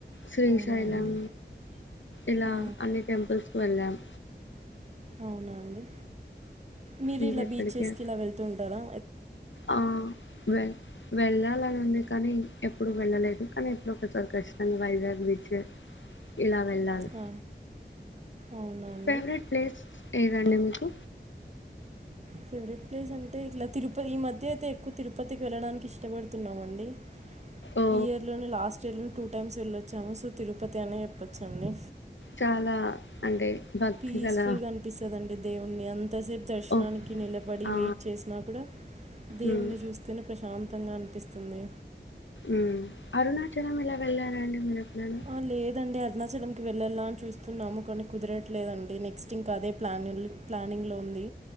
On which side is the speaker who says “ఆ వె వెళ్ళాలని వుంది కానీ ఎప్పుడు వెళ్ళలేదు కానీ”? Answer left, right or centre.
Left